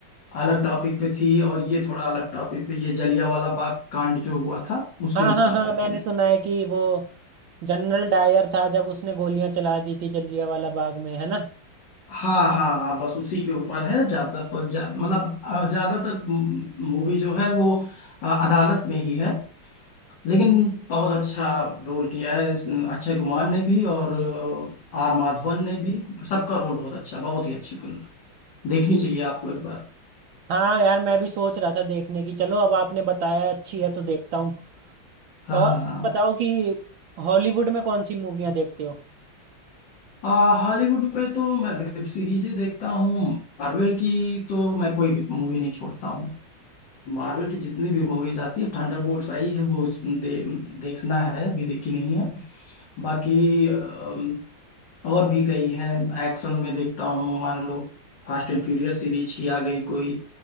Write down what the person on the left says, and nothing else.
अलग टॉपिक पे थी और ये थोड़ा अलग टॉपिक पे ये जलियांवाला बाग कांड जो हुआ था उसके
ऊपर
है
फिल्म
हाँ हाँ हाँ बस उसी के ऊपर है ज्यादा पर जा, मतलब अ, ज्यादातर मूवी जो है वो अ, अदालत में ही है लेकिन बहुत अच्छा रोल किया है इस- अक्षय कुमार ने भी और अ, आर माधवन ने भी सबका रोल बहुत अच्छा बहुत ही अच्छी फिल्म है देखनी चाहिए आपको एक बार
हाँ
हाँ
आ, हॉलीवुड में तो मैं वेब सीरीजें देखता हूँ मार्वल की तो मैं कोई भी मूवी नहीं छोड़ता हूँ मार्वल की जितनी भी मूवीज आती है थंडरबोल्ट्स आई है वो उस- दे, देखना है अभी देखी नहीं है बाकी अम, और भी गई है एक्शन में देखता हूँ मान लो फास्ट एंड फ्यूरियस सीरीज की आ गई कोई